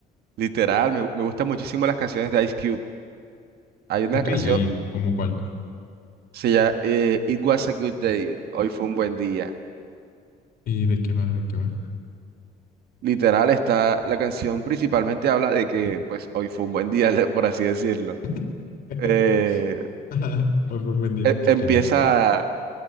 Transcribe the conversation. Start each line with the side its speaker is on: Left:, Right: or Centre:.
Right: literal, me, me gustan muchísimo las canciones de Ice Cube. Hay una
Left: Ok,
Right: canción,
Left: ¿y cómo cuál?
Right: se llama eh, It Was a Good Day, hoy fue un buen día.
Left: ¿Y de qué va? ¿De qué va?
Right: Literal, está, la canción principalmente habla de que, pues, hoy fue un buen día, <laughs> por así decirlo.
Left: <laughs>
Right: Eh,
Left: <laughs> Ajá, Hoy fue un buen día.
Right: e- empieza,
Left: Claro,